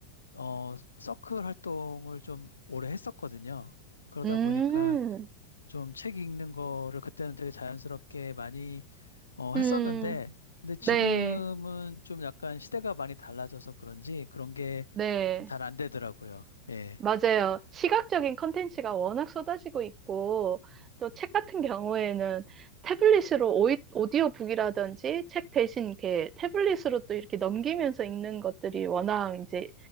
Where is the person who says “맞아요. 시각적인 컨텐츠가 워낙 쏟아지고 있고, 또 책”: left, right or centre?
Right